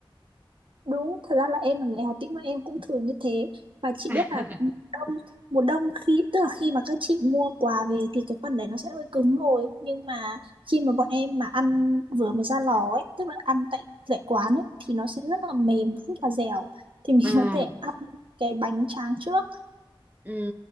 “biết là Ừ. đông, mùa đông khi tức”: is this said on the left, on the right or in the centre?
Right